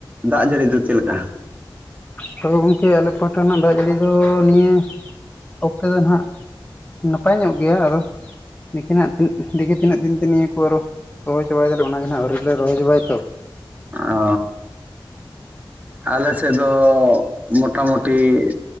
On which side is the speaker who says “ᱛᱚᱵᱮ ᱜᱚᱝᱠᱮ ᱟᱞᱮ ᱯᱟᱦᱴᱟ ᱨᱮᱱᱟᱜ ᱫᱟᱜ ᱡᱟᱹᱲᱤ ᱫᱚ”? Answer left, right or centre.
Left